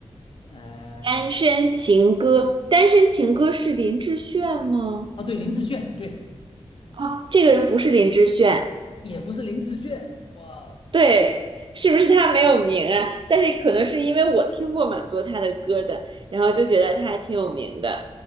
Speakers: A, on the left; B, on the right.
A: 呃，
B: 单身情歌，单身情歌是林志炫吗？
A: 哦对，林志炫，对，
B: 啊，这个人不是林志炫，
A: 也不是林志炫，哇
B: 对，是不是他没有名啊？但是可能是因为我听过蛮多他的歌的，然后就觉得他还挺有名的，